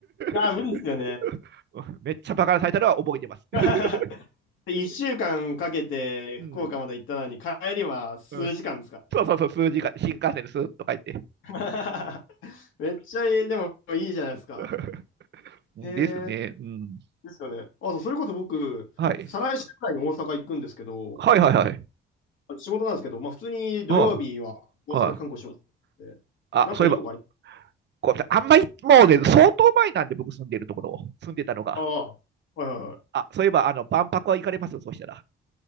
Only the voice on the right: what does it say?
<laughs>
<laughs> めっちゃバカなタイトルは覚えてます。<laughs>
うん、
<laughs> うん、そうそうそう、数字が新幹線でスーッと書いて
<laughs>。ですね、
うん。
はい。
はいはいはい。
うん。はい。あ、そういえば、こめあんまり、もうね、相当前なんで、僕住んでるところ、住んでたのが。
あ、そういえば、あの、万博は行かれますそうしたら。